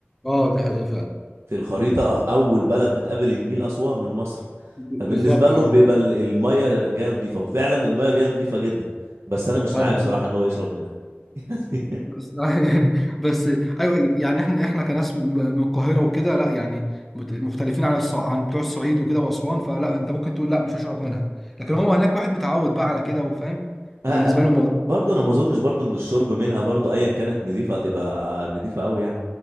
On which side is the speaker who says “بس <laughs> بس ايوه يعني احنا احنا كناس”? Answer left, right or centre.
Centre